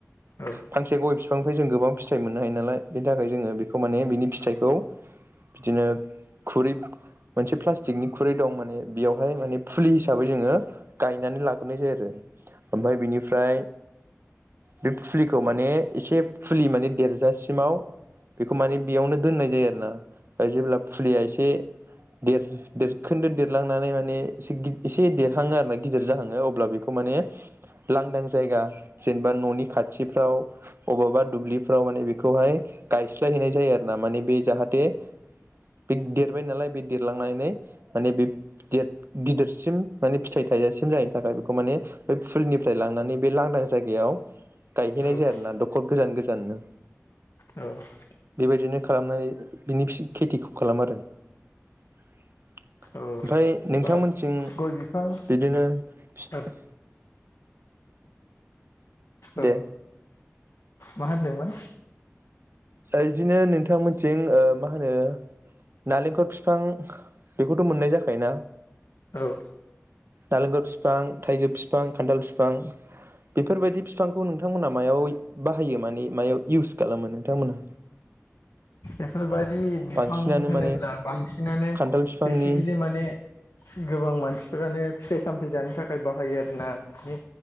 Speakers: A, on the left; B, on the right.
A: औ
B: फांसे गय फिफांनिफ्राय जों गोबां फिथाइ मोननो हायो नालाय बिनिथाखाय जोङो बेखौ माने बानि फिथाइखौ बिदिनो खुरै मोनसे प्लासटिकनि खु खुरै दं माने बेयावहाय माने फुलि हिसाबै जोङो गायनानै लाग्रोनाय जायो आरो ओमफ्राय बिनिफ्राय बे फुलिखौ माने एसे फुलि माने देरजासिमाव बेखौ माने बेयावनो दोननाय जायो आरोना जेब्ला फुलिया एसे देर खोन्दो देरलांनानै माने एसे देर हाङो आरो ना गिदिर जाहाङो अब्ला बेखौ माने लांदां जायगा जेनेबा न'नि खाथिफ्राव अबबा दुब्लिफ्राव माने बेखौहाय गायस्लायहैनाय जायो आरो ना माने बे जाहाथे बे देरबाय नालाय बे देरलांनानै, माने बे गेद गिदिरसिम माने फिथाइ थाइजासिम जायैनि थाखाय बेखौ माने बे फुलनिफ्राय लांनानै बे लांदां जायगायाव गायहैनाय
A: औ
B: जाया आरो ना द'खर गोजान गोजाननो,
A: औ
B: बेबायदिनो खालामनानै बिनि खेथिखौ खालामो आरो ओमफ्राय
A: औ
B: नोंथांमोन
A: बा
B: थि जों
A: गय बिफां
B: बिदिनो फि
A: औ
B: दे
A: औ मा होनदोंमोन
B: ओ इदिनो नोंथांमोनथिं ओ मा होनो नालेंखर फिफां बेखौथ' मोननाय जाखाय ना
A: औ
B: नालेंखर फिफां थाइजौ फिफां खान्थाल फिफां बेफोरबायदि फिफांखौ नोंथांमोनहा मायाव बाहायो माने मायाव इउस खालामो नोंथांमोनहा,
A: एफोरबाय बिदि बिफां
B: बांसिनानो
A: होनोब्ला
B: माने
A: बांसिनानो
B: खान्थाल बिफांनि
A: बेसिकेलि माने गोबां मानसिफोरानो फिथाइ सामथाय जानो थाखाय बाहायो आरो ना बिदि,